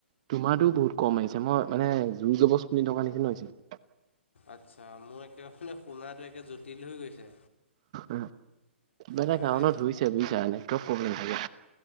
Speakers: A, on the right; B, on the left.
A: তোমাৰটো বহুত কম আহিছে মই মানে জোৰ জবজ শুনি থকাৰ নিচিনা হৈছে।
B: আচ্ছা মোৰ একে মানে শুনাটো একে জটিল হৈ গৈছে।
A: উ কিবা এটা
B: হয়
A: কাৰণত
B: দে
A: হৈছে বুজিছা, নেটৱৰ্ক প্ৰব্লেম চাগে।